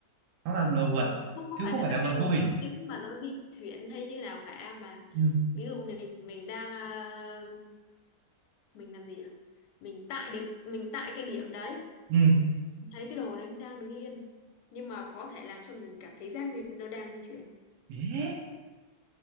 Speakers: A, on the right; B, on the left.
A: nó là đồ
B: ừ.
A: vật
B: không không
A: chứ
B: phải
A: không
B: là
A: phải
B: các
A: là
B: cái
A: vật
B: đồ
A: vô hình
B: vật tĩnh mà nó di chuyển hay như nào cả mà
A: ừ.
B: ví dụ mình mình đang à, mình làm gì nhỉ? mình tại được mình tại cái điểm đấy
A: Ừ.
B: thấy cái đồ đấy mới đang đứng yên nhưng mà có thể làm cho mình cảm thấy giác nên nó đang di chuyển
A: Yeah.